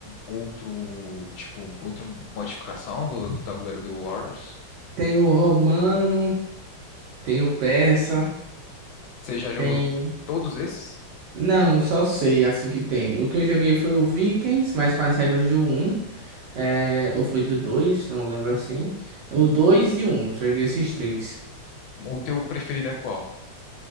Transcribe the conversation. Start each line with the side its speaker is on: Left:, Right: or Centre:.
Left: outro, tipo, outra modificação do, do tabuleiro do Wars?
Right: Tem o romano, tem o persa,
Left: Você já jogou
Right: tem.
Left: todos esses?
Right: Não, só sei assim que tem. O que eu joguei foi o Vikings, mas com as regras do um, É... Ou foi do 2, não lembro assim. O 2 e o 1, só joguei esses três.
Left: O teu preferido é qual?